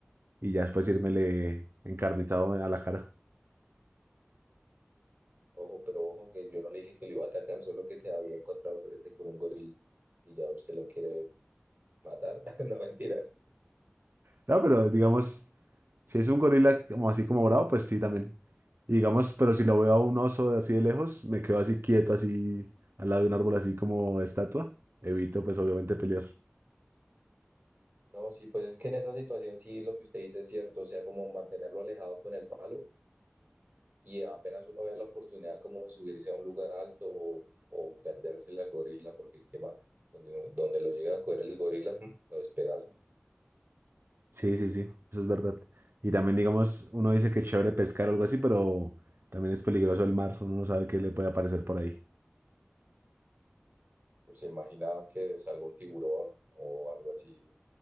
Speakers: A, on the right (about 65°); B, on the right (about 45°).
A: y ya después írmele encarnizado a la cara.
B: ojo, pero ojo que yo no le dije que le iba a atacar, solo que se había encontrado de frente con un gorila y ya usted lo quiere matar, <laughs> no mentiras.
A: Claro, pero digamos, si es un gorila como así como bravo, pues sí también. Y digamos, pero si lo veo a un oso de así de lejos, me quedo así quieto, así al lado de un árbol, así como estatua. Evito, pues obviamente pelear.
B: No, sí, pues es que en esa situación sí lo que usted dice es cierto, o sea, como mantenerlo alejado con el palo y apenas uno vea la oportunidad como subirse a un lugar alto o, o perdérsele al gorila, porque qué más, donde, donde lo llega a coger el gorila, mm, lo despedaza.
A: Sí, sí, sí, eso es verdad. Y también, digamos, uno dice que es chévere pescar o algo así, pero también es peligroso el mar. Uno no sabe qué le puede aparecer por ahí.
B: Pues se imagina que salga un tiburón o algo así,